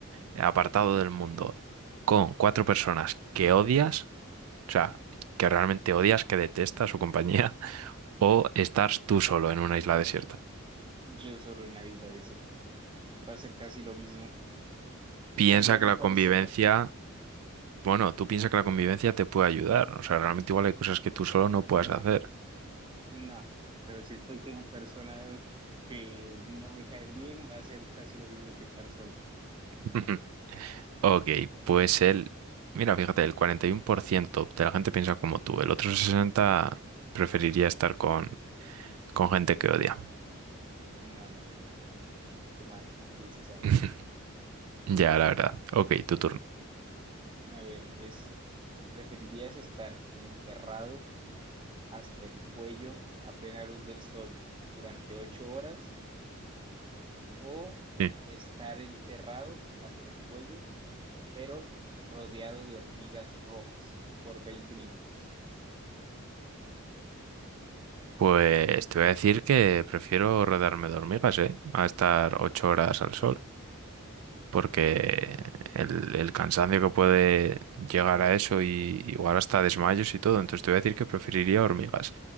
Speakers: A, on the right; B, on the right.
A: apartado del mundo, con cuatro personas que odias, o sea, que realmente odias, que detestas su compañía, <laughs> o estar tú solo en una isla desierta?
B: Yo solo en la isla desierta. Va a ser casi lo mismo. <laughs> Estaría
A: Piensa que
B: mejor
A: la convivencia,
B: solo.
A: bueno, tú piensa que la convivencia te puede ayudar, o sea, realmente igual hay cosas que tú solo no
B: Nah,
A: puedes hacer.
B: no, pero si estoy con personas que no me caen bien, va a ser casi lo mismo que estar solo.
A: <laughs> Ok, pues el, mira, fíjate, el 41% de la gente piensa como tú, el otro 60% preferiría estar con, con gente que odia.
B: No, no, no, no, no. Qué mal piensa esa gente.
A: <laughs> Ya, la verdad. Ok, tu turno.
B: A ver, es, ¿preferirías estar enterrado? hasta el cuello a plena luz del sol durante ocho horas o
A: Sí.
B: estar enterrado hasta el cuello, pero rodeado de hormigas rojas por veinte minutos.
A: Pues te voy a decir que prefiero rodearme de hormigas, ¿eh? A estar ocho horas al sol, porque el, el cansancio que puede llegar a eso y igual hasta desmayos y todo, entonces te voy a decir que preferiría hormigas.